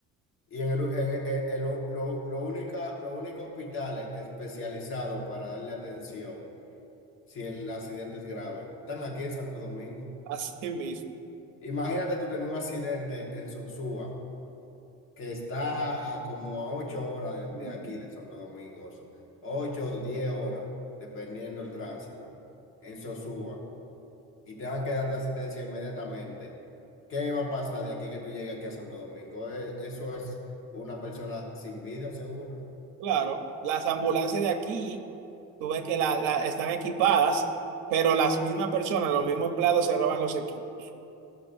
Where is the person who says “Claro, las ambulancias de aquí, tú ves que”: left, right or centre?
Right